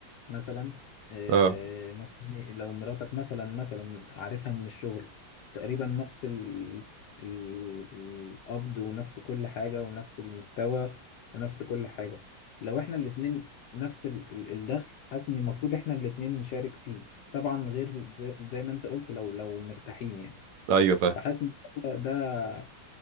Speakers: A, on the left; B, on the right.
A: مثلا آه
B: أه
A: مثلا لو مراتك مثلا مثلا عارفها من الشغل تقريبا نفس ال ال- القبض ونفس كل حاجة ونفس المستوى ونفس كل حاجة لو احنا الاتنين نفس ال- ال- الدخل حاسس ان المفروض احنا الاتنين نشارك فيه طبعا غير زي, زي ما انت قلت لو لو مرتاحين يعني
B: أيوه فاهم
A: فحاسس ان ده ده